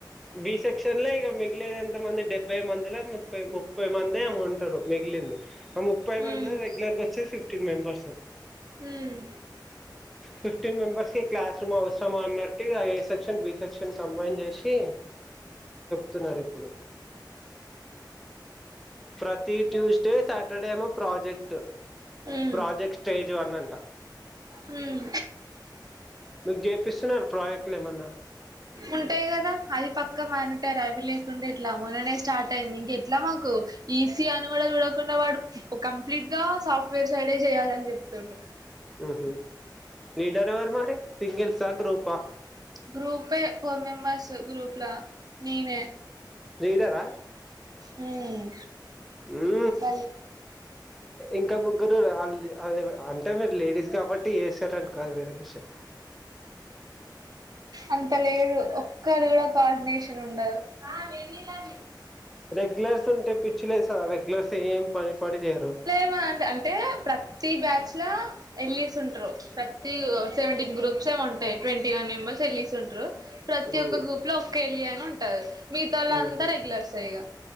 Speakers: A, in the centre; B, on the right.
A: బీ సెక్షన్ లా ఇగ మిగిలేది ఎంత మంది డెబ్బై మందిలో ముప్పై ముప్పై మంది ఏమో ఉంటారు మిగిలింది ఆ ముప్పై
B: హ్మ్
A: మందిలా రెగ్యులర్గా వచ్చేది ఫిఫ్టీన్ మెంబర్స్
B: హ్మ్
A: ఫిఫ్టీన్ మెంబెర్స్ కి క్లాస్ రూమ్ అవసరమా అన్నట్టుగా A section B section combine చేసి తున్నారు ఇప్పుడు ప్రతి ట్యూస్డే సాటర్డేమో ప్రాజెక్ట్
B: హ్మ్
A: ప్రాజెక్ట్ స్టేజ్ వన్ అంట
B: హ్మ్
A: మీకు చేపిస్తున్నారు ప్రాజెక్టులు ఏమన్నా
B: ఉంటాయి కదా అది పక్క మానిటరీ అవి లేక్ ఉండే ఎట్లా మొన్ననే స్టార్ట్ అయింది ఇంకా ఏట్లా మాకు ఈసీ అని కూడా చూడకుండా వాడు ఓ కంప్లీట్ గా సాఫ్ట్వేర్ సైడే చేయాలని చెప్తుండు
A: ఉహు లీడర్ ఎవరు మరి సింగిల్సా గ్రూపా
B: గ్రూపే ఫోర్ మెంబర్స్ గ్రూప్ లా నీనే
A: లీడర్
B: హ్మ్
A: ఊ
B: బలే
A: ఇంకా ము గ్గురు వాళ్ ఆల్ అంటే మీరు లేడీస్ కాబట్టి ఏసారని కాదు వేరే విషయం
B: అంత లేదు ఒక్కరిది కూడా కోఆర్డినేషన్ ఉండదు ఆ వేడినీళ్లు అవి
A: రెగ్యులర్స్ ఉంటే పిచ్చి లేస్తాద రెగ్యులర్స్ ఏం పని పాటు చేయరు
B: ఉ అన్ అంటే ప్రతి బ్యాచ్ లో ఎల్లిస్ ఉంట్రూ ప్రతి సెవెంటీన్ గ్రూప్స్ ఏమో ఉంటాయి ట్వంటీ వన్ మెంబెర్స్ ఎళ్లిస్ ఉంటరు ప్రతి
A: మ్మ్.
B: ఒక్క గ్రూప్ లో ఒక్క ఎళ్లి అని ఉంటది మిగతా వాళ్లు అంతా
A: మ్హూ.
B: రెగ్యులర్సే ఈగ